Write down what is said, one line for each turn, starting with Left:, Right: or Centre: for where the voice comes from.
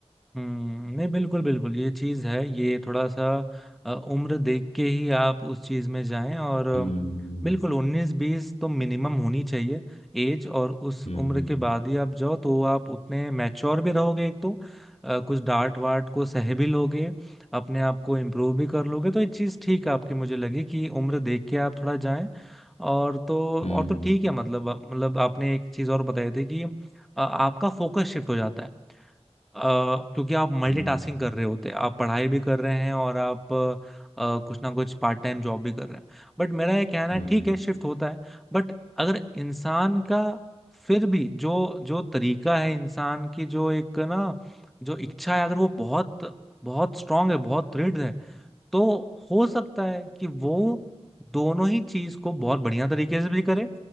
Centre: हम्म नहीं बिल्कुल बिल्कुल ये चीज है ये थोड़ा सा अ, उम्र देख के ही आप उस चीज में जाएं और अ,
Left: हम्म
Centre: बिल्कुल उन्नीस बीस तो मिनिमम होनी चाहिए एज और उस
Left: हम्म
Centre: उम्र
Left: हम्म
Centre: के बाद ही आप जाओ तो आप उतने मैच्योर भी रहोगे एक तो अ, कुछ डांट वाट को सह भी लोगे अपने आप को इम्प्रूव भी कर लोगे तो ये चीज ठीक है आपकी मुझे लगी कि उम्र देख के आप थोड़ा जाएं और तो
Left: हम्म
Centre: और तो ठीक है मतलब मतलब आपने एक चीज और बताई थी कि अ, आपका फोकस शिफ्ट हो जाता है अ, क्योंकि आप मल्टीटास्किंग
Left: हम्म,
Centre: कर रहे होते हैं आप पढ़ाई भी कर रहे हैं और आप अ, अ, कुछ ना कुछ पार्ट टाइम जॉब भी कर रहे हैं बट मेरा ये कहना है
Left: हम्म,
Centre: ठीक है शिफ्ट होता है बट अगर इंसान का फिर भी जो जो तरीका है इंसान की जो एक ना जो इच्छा है अगर वो बहुत बहुत स्ट्रांग है बहुत दृढ़ है तो हो सकता है कि वो दोनों ही चीज को बहुत बढ़िया तरीके से भी करे